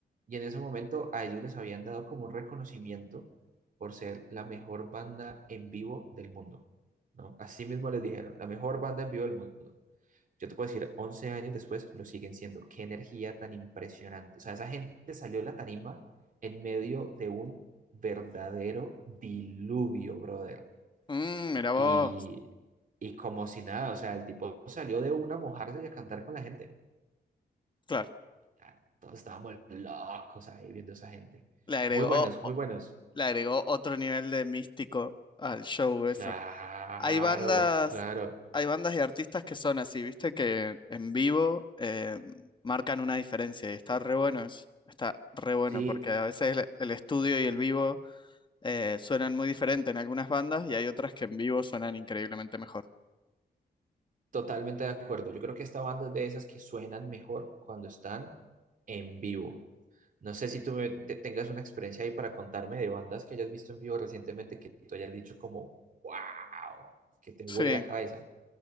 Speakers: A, on the right (about 50°); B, on the left (about 30°).
A: y en ese momento a ellos les habían dado como un reconocimiento por ser la mejor banda en vivo del mundo, ¿no? Así mismo les dijeron, la mejor banda en vivo del mundo. Yo te puedo decir, 11 años después lo siguen siendo. Qué energía tan impresionante. O sea, esa gente salió de la tarima en medio de un verdadero diluvio, brother.
B: Mm, mira vos.
A: Y, y como si nada, o sea, el tipo salió de una a mojarse y a cantar con la gente.
B: Claro.
A: Ah, Todos estábamos locos ahí viendo a esa gente.
B: Le agregó,
A: Muy buenos, muy buenos.
B: le agregó otro nivel de místico al show eso.
A: Claro,
B: Hay bandas,
A: claro.
B: hay bandas y artistas que son así, viste, que en vivo eh, marcan una diferencia y está re bueno eso. Está re bueno
A: Sí,
B: porque a veces el, el estudio y el vivo eh, suenan muy diferente en algunas bandas y hay otras que en vivo suenan increíblemente mejor.
A: totalmente de acuerdo. Yo creo que esta banda es de esas que suenan mejor cuando están en vivo. No sé si tú me- te- tengas una experiencia ahí para contarme de bandas que hayas visto en vivo recientemente que tú hayas dicho como, wow, que te
B: Sí.
A: huele la cabeza.